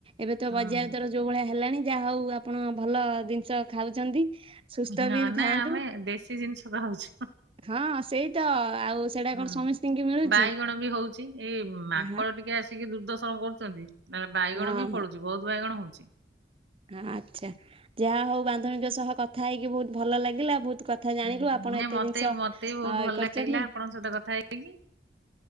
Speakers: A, on the right (about 30°); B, on the right (about 85°).
A: ଏବେ ତ
B: ହଁ
A: ବଜାର ଦର ଯୋଉ ଭଳିଆ ହେଲାଣି ଯାହା ହଉ ଆପଣ ଭଲ ଜିନିଷ ଖାଉଛନ୍ତି। ସୁସ୍ଥ
B: ହଁ
A: ବି
B: ନାଇଁ
A: ଥାଆନ୍ତୁ
B: ଆମେ ଦେଶୀ ଜିନିଷ ଖାଉଛୁ।
A: ହଁ ସେଇ ତ ଆଉ ସେଇଟା
B: ହୁଁ
A: କଣ ସମସ୍ତିଙ୍କି ମିଳୁଛି।
B: ବାଇଗଣ ବି ହଉଛି ଏଇ ମାଙ୍କଡ
A: ହଁ
B: ଟିକେ। ଆସିକି ଦୁର୍ଦର୍ଶନ କରୁଛନ୍ତି ନହେଲେ ବାଇଗଣ
A: ହଁ
B: ବି ଫଳୁଛି ବହୁତ ବାଇଗଣ ହଉଛି।
A: ହଁ ଆଚ୍ଛା ଯାହା ହଉ ବାନ୍ଧବିଙ୍କ ସହ କଥା ହେଇକି ବହୁତ ଭଲ ଲାଗିଲା ବହୁତ ତୁ କଥା ଜାଣିଲୁ
B: ହୁଁ,
A: ଆପଣ
B: ନାଇଁ
A: ଏତେ
B: ମତେ
A: ଜିନିଷ
B: ମତେ ବି ବହୁତ
A: ଆଁ
B: ଭଲ
A: କରିଛନ୍ତି।
B: ଲାଗିଲା ଆପଣଙ୍କ ସହିତ କଥା ହେଇକି।